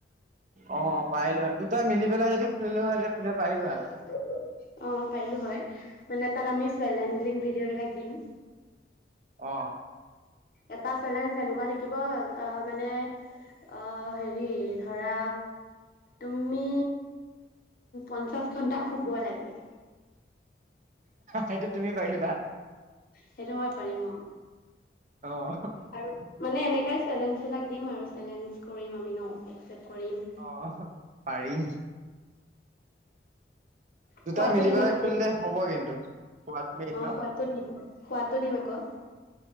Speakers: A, on the right; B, on the left.
A: অ পাৰিলো হয় আৰু দুটা মিলিলাই যদি খুলিলো হয় তেতিয়া খুলিব পাৰিলো হয় আৰু
B: অ পাৰিলো হয় মানে তাত আমি চেলেঞ্জিং ভিডিঅ' বিলাক দিম।
A: অ্
B: এটা চেলেঞ্জ যেনেকুৱা থাকিব অহ মানে অ হেৰি ধৰা তুমি পঞ্চাছ ঘণ্টা শুব লাগে।
A: সেইটো তুমি পাৰিবা
B: সেইটো মই পাৰিম অ
A: অহ্
B: আৰু মানে এনেকাই চেলেঞ্জ বিলাক দিম আৰু চেলেঞ্জ কৰিম আমি ন একচেপ্ট কৰিম
A: অহ পাৰি। দুটাই
B: খোৱাটো
A: মিলি
B: দিম
A: পেলাই
B: আকৌ
A: খুলিলে
B: দেই
A: হ'ব কিন্তু, খোৱাটো মেইন
B: অ
A: ন?
B: খোৱাটো দিম খোৱাটো দিম আকৌ।